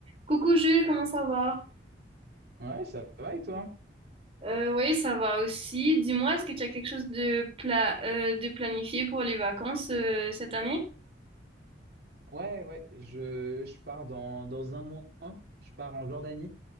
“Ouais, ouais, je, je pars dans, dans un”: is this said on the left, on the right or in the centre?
Right